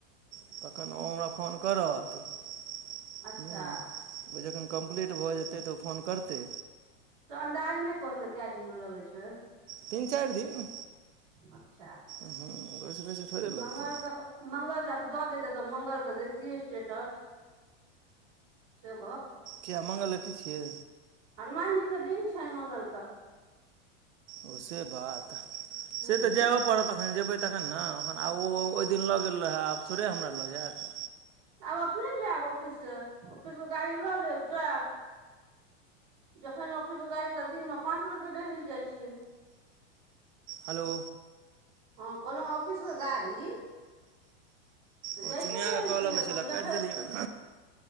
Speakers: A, on the right; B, on the right.
A: तखन ओ हमरा फोन करत। ह
B: अच्छा
A: ओ जखन कम्प्लीट भ जेतै त ओ फोन करतै।
B: त अन्दाज नै कहलकै कै दिन लगय छैय।
A: तीन, चारि दिन
B: अच्छा
A: ओय स बेसी थोड़े
B: मंगल
A: लगतै।
B: तक मंगल तक द देयतै त मंगल के देैतियै स्टेटस से गप।
A: किया मङ्गल के की छियै।
B: हनुमान जीके दिन छैन मङ्गलके।
A: ओ से बात से
B: हूँ
A: त जाइयो पड़त त जेबै तखन ने अखन आब ओ ओय दिन लऽ गेल रहै आब थोड़े हमरा लऽ जैत।
B: आब अपने जैब ऑफिस से ऑफिसमे गाड़ी लऽ लेब जैब। जखन ऑफिसके गाड़ी त दिनमे पाँच बेरके डेहरी जाइ छैय।
A: हलो।
B: हँ कहलौं ऑफिसके गाड़ी त
A: ओ
B: जाइते
A: चुनिआके
B: रहै
A: कॉल
B: छैय
A: अबै
B: अपन
A: छलए
B: जखन,
A: काटि देलियैन